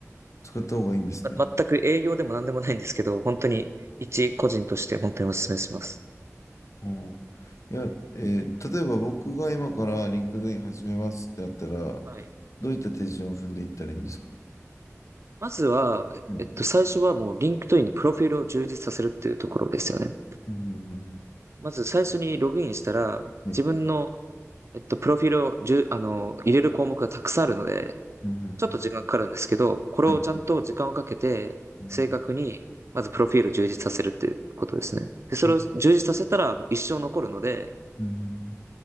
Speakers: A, on the left; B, on the right.
A: 使った方がいいんですね。
B: ま、全く営業でも何でもないんですけど、本当に一個人として本当にお勧めします。
A: はあ。いや、えー例えば僕が今からリンクドイン始めますってなったら、
B: はい。
A: どういった手順を踏んでいったらいいんですか
B: まずは、
A: はい。うん。
B: えっと、最初はもうリンクトインのプロフィールを充実させるっていうところですよね。
A: うんうんうん
B: まず最初にログインしたら、
A: はい。
B: 自分の、えっと、プロフィールをじゅ、あの、入れる項目がたくさんあるので、
A: うん。うん
B: ちょっと時間かかるんですけど、これをちゃんと時間をかけて、
A: うんはい。うん。
B: 正確に、まずプロフィールを充実させるっていうことですね。で、それを充実させたらもう一生残るので、
A: はい。うん。